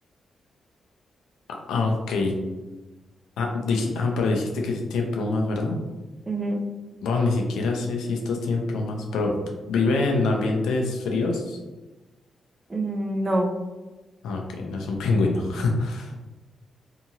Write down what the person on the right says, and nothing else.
Ujú.
Mm, No,